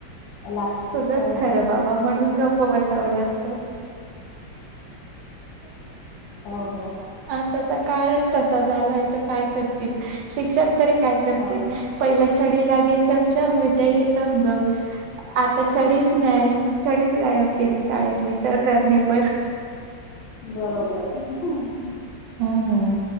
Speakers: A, on the left (about 80°); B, on the right (about 75°).
A: आहे लाग
B: तुझच
A: हो ना
B: खरं बाबा म्हणून गप्प बसावं लागत.
A: हो हो
B: आताचा काळच तसा झालाय. त काय करतील शिक्षक तरी काय करतील
A: हो.
B: पहिल छडी लागे गे छम छम विद्या येई घम घम आता छडीच नाय छडी गायब केली शाळेतली सरकारनी पण
A: बरोबर ये.
B: हूं हूं